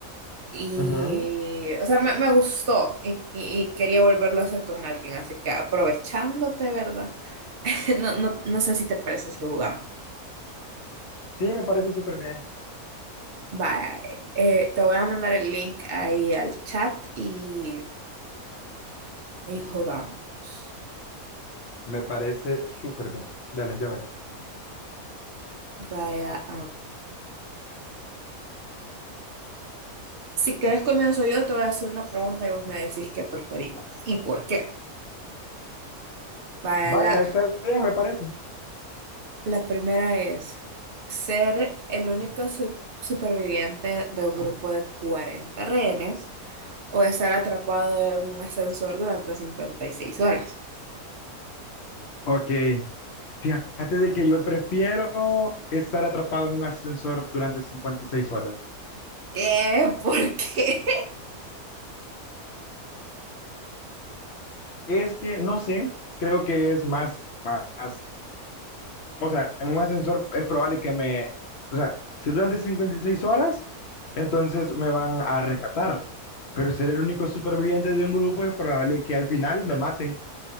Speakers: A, on the right; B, on the left.
A: y,
B: Ujú.
A: o sea, me, me gustó y, y- y quería volverlo a hacer con alguien, así que aprovechándote, ¿verdad? <laughs> No, no, no sé si te parece si jugamos.
B: Sí, me parece súper bien.
A: Vale, eh, te voy a mandar el link ahí al chat y, y jugamos.
B: Me parece súper bien. Dale, llámalo.
A: Vaya, Si querés comienzo yo, te voy a hacer una pregunta y vos me decís qué preferís va, y por qué. Vaya,
B: Vaya,
A: la,
B: está bien, me parece.
A: la primera es ser el único su- superviviente de un grupo de 40 rehenes o estar atrapado en un ascensor durante cincuenta y seis horas.
B: Ok, fíjate de que yo prefiero estar atrapado en un ascensor durante 56 horas.
A: ¿Qué? ¿Por qué? <laughs>
B: Es que, no sé, creo que es más, más O sea, en un ascensor es probable que me, o sea, si es durante 56 horas, entonces me van a rescatar. Pero ser el único superviviente de un grupo es probable que al final me maten.